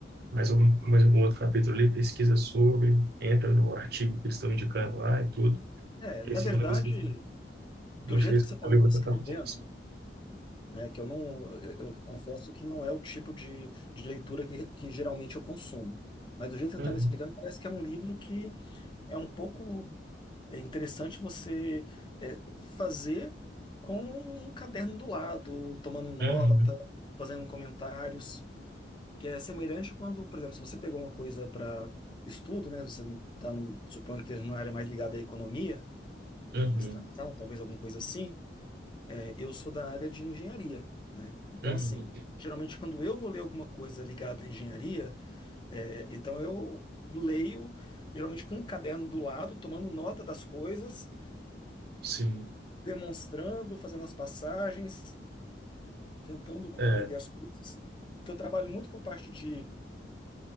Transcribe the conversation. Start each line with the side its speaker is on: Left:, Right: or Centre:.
Right: mais algum, mais algum outro capítulo ali, pesquisa sobre, entra no artigo que eles estão indicando lá e tudo.
Left: É,
Right: E
Left: na
Right: a segunda
Left: verdade,
Right: vez que eu,
Left: do
Right: uma
Left: jeito
Right: vez
Left: que
Right: que
Left: você
Right: eu
Left: está
Right: falei,
Left: me
Right: eu
Left: descrevendo,
Right: vou tentar fazer isso.
Left: né, que eu não, eu, eu confesso que não é o tipo de, de leitura que, que geralmente eu consumo. Mas do jeito que você
Right: Uhum,
Left: está me explicando, parece que é um livro que é um pouco é interessante você é, fazer com um caderno do lado, tomando nota,
Right: uhum,
Left: fazendo comentários. que é semelhante quando, por exemplo, se você pegou uma coisa para estudo, né? Você está, suponho que esteja numa área mais ligada à economia,
Right: uhum,
Left: à administração, talvez alguma coisa assim. é, eu sou da área de engenharia, né? Então,
Right: uhum.
Left: assim, geralmente quando eu vou ler alguma coisa ligada à engenharia, é, então eu leio geralmente com um caderno do lado, tomando nota das coisas,
Right: Sim.
Left: demonstrando, fazendo as passagens, tentando compreender
Right: É.
Left: as coisas. Porque eu trabalho muito com parte de